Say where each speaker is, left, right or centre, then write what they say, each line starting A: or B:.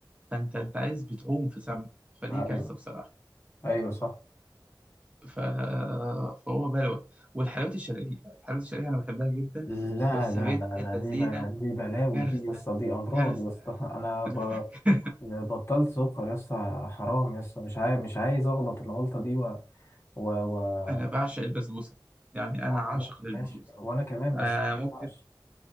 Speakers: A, on the right (about 15°); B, on the left (about 30°).
A: فانت انت عايز بتعوم في سمنه فدي
B: ايوه
A: كارثه بصراحه
B: ايوه صح
A: ف... فهو بلوى والحلويات الشرقية الحلويات الشرقية أنا بحبها جدا
B: لا
A: بس
B: لا
A: بنت
B: لا لا
A: اللذينة
B: دي ب... دي بلاوي
A: كارثة
B: دي يا اسطى دي امراض
A: كارثة
B: يا اسطى
A: <laughs>
B: انا ب... بطلت سكر يا اسطى حرام يا اسطى مش عايز مش عايز اغلط الغلطه دي و... و... و...
A: أنا بعشق البسبوسة يعني
B: وانا
A: أنا عاشق للبسبوسة
B: ماشي وانا كمان
A: أنا
B: بس ما
A: ممكن
B: ينفعش.